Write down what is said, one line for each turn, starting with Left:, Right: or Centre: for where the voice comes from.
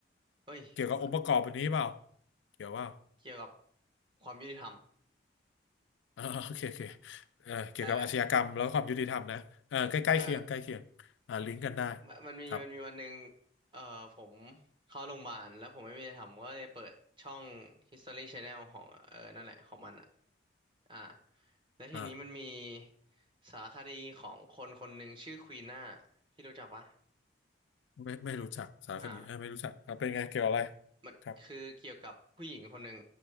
Right: เอ้ยเอ่อ
Left: เกี่ยวกับองค์ประกอบอันนี้เปล่าเกี่ยวเปล่า
Right: เกี่ยวกับความยุติธรรม
Left: อ่าโอเคโอเคเอ่อเกี่ยวกับอาชญากรรมแล้วความยุติธรรมนะเอ่อใกล้ใกล้เคียงใกล้เคียงอ่าลิงก์กันได้
Right: ได้ไหมเออ มมันมีมันมีวันหนึ่ง
Left: ครับ
Right: เอ่อผมเข้าโรงพยาบาลแล้วผมไม่มีอะไรทำก็เลยเปิดช่อง History Channel ของเออนั่นแหละของมันอ่ะอ่าแล้วทีนี้มันมี
Left: อ่า
Right: สารคดีของคนคนหนึ่งชื่อควีน่า พี่รู้จักปะ
Left: ไม่ไม่รู้จักสารคดีเอ่าไม่รู้จักอ่าเป็นไงเกี่ยวอะไร
Right: อ่ามันคือเกี่ยวกับผู้หญิงคนหนึ่ง
Left: ครับ